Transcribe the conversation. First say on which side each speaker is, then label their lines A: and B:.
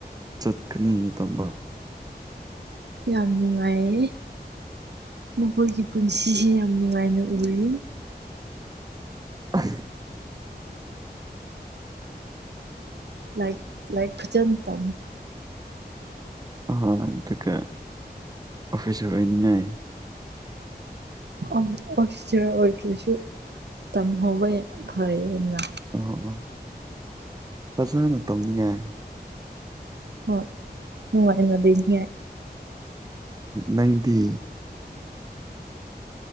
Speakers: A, on the right; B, on the right.
A: ꯆꯠꯀꯅꯤ ꯇꯝꯕ
B: ꯌꯥꯝ ꯅꯨꯡꯉꯥꯏꯌꯦ ꯃꯈꯣꯏꯒꯤ ꯄꯨꯟꯁꯤꯁꯦ ꯌꯥꯝ ꯅꯨꯡꯉꯥꯏꯅ ꯎꯔꯤ
A: ꯑ
B: ꯂꯥꯏꯛ ꯂꯥꯏꯛ ꯐꯆꯟ ꯇ
A: ꯍꯣꯏ ꯑꯗꯨꯒ ꯑꯣꯐꯤꯁꯔ ꯑꯣꯏꯅꯤꯡꯉꯥꯏ
B: ꯎꯝ ꯑꯣꯐꯁ꯭ꯇꯤꯌꯔ ꯑꯣꯏꯗ꯭ꯔꯁꯨ ꯇꯝꯍꯧꯕ ꯌꯥꯝ ꯐꯩꯌꯦꯅ
A: ꯑꯣ ꯑꯣ ꯐꯖꯅ ꯇꯧꯅꯤꯡꯉꯥꯏ
B: ꯍꯣꯏ ꯅꯨꯡꯉꯥꯏꯅꯗꯤꯡꯉꯦ
A: ꯅꯥꯏꯟꯇꯤ